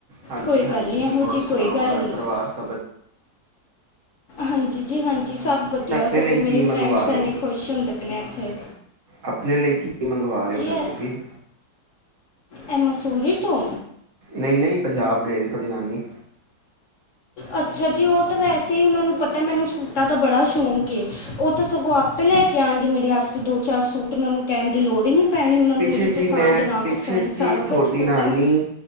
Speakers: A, on the right; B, on the left.
A: ਹਾਂਜੀ,
B: ਕੋਈ
A: ਹਾਂਜੀ।
B: ਗੱਲ ਨਹੀਂ ਇਹੋ ਜਿਹੀ
A: ਹੋਰ ਸੁਣਾਓ?
B: ਕੋਈ ਗੱਲ
A: ਘਰ-
B: ਨਹੀਂ
A: ਪਰਿਵਾਰ ਸਭ
B: ਹਾਂਜੀ ਜੀ। ਹਾਂਜੀ। ਜੀ ਸਭ ਵਧੀਆ।
A: ਆਪਣੇ
B: ਸਗੋਂ
A: ਲਈ
B: ਮੇਰੇ
A: ਕੀ ਮੰਗਵਾ
B: ਫਰੈਂਡਸ
A: ਰਹੇ
B: ਇੰਨੇ
A: ਹੋ
B: ਖੁਸ਼ ਹੁੰਦੇ ਆਪਨੇ ਵਾਸਤੇ।
A: ਆਪਣੇ ਲਈ ਕੀ ਮੰਗਵਾ ਰਹੇ ਹ? ਫਿਰ
B: ਇਹ
A: ਤੁਸੀਂ।
B: ਇਹ ਮਸੂਰੀ ਤੋਂ।
A: ਨਹੀਂ, ਨਹੀਂ ਪੰਜਾਬ ਗਏ ਸੀ। ਤੁਹਾਡੀ ਨਾਨੀ।
B: ਅੱਛਾ ਜੀ। ਉਹ ਤਾਂ ਵੈਸੇ ਹੀ। ਉਹਨਾਂ ਨੂੰ ਪਤਾ ਮੈਨੂੰ ਸੂਟਾਂ ਦਾ ਬੜਾ ਸ਼ੌਂਕ ਏ, ਉਹ ਤਾਂ ਸਗੋਂ ਆਪੇ ਲੈ ਕੇ ਆਉਣਗੇ ਮੇਰੇ ਵਾਸਤੇ ਦੋ, ਚਾਰ ਸੂਟ, ਉਹਨਾਂ ਨੂੰ ਕਹਿਣ ਦੀ ਲੋੜ ਹੀ ਨਹੀਂ। ਪੈਣੀ ਉਹਨਾਂ ਨੂੰ
A: ਪਿੱਛੇ,
B: ਮੇਰੀ
A: ਜੇ,
B: ਪਸੰਦ
A: ਮੈਂ
B: ਨਾ
A: ਪਿੱਛੇ
B: ਪਸੰਦ
A: ਜਿਹੇ
B: ਸਾਰਾ
A: ਤੁਹਾਡੀ
B: ਕੁਝ ਪਤਾ
A: ਨਾਨੀ
B: ਹੈ